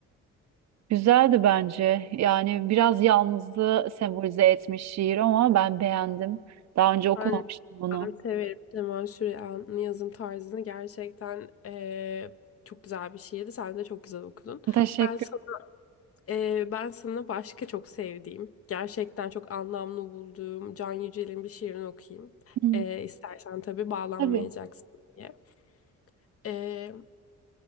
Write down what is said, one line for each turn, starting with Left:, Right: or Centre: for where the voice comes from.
Right: Güzeldi bence. Yani biraz yalnızlığı sembolize etmiş şiir ama ben beğendim. Daha önce okumamıştım
Left: Ben,
Right: bunu.
Left: ben severim Cemal Süreyya'nın yazım tarzını. Gerçekten eee, çok güzel bir şiirdi. Sen de çok güzel okudun.
Right: Teşekkür.
Left: Ben sana Ee, ben sana başka çok sevdiğim, gerçekten çok anlamlı bulduğum Can Yücel'in bir şiirini okuyayım.
Right: Hı,
Left: Ee, istersen tabii bağlanmayacaksın
Right: tabii.
Left: diye. Ee,